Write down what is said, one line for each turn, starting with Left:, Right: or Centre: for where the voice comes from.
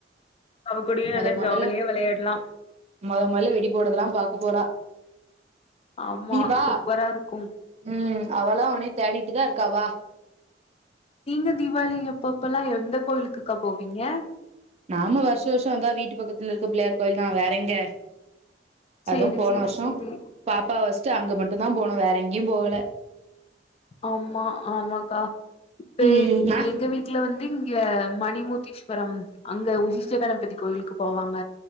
Left: அவ கூடியே நல்லா
Right: மொத மொதல்ல
Left: ஜாலியா வெளையாட்லா
Right: மொத மொதல்ல வெடி போட்றதெல்லா பாக்க போறா
Left: ஆமா
Right: நீ வா
Left: சூப்பராருக்கு
Right: ம் அவலா அவனே தேடிட்டு தா இருக்காவா
Left: நீங்க தீவாளி எப்பப்பல்லா எந்த கோயிலுக்கு கா போவீங்க
Right: நாம வருஷ் வருஷோ இந்தா வீட்டு பக்கத்துல இருக்க பிள்ளையார் கோயில் தா வேற எங்க
Left: சேரி
Right: அதும் போன
Left: சேரி
Right: வர்ஷோ
Left: சேரி
Right: பாப்பாவ வஸ்ட்டு அங்க மட்டு தா போனோ வேற எங்கியு போவல
Left: ஆம்மா ஆமாக்கா இப்ப
Right: ம்
Left: நீ
Right: நா
Left: எங்க வீட் வீட்ல வந்து இங்க மணிமூர்த்தீஸ்வரம் அங்க உசிஷ்ட கணபதி கோயிலுக்கு போவாங்க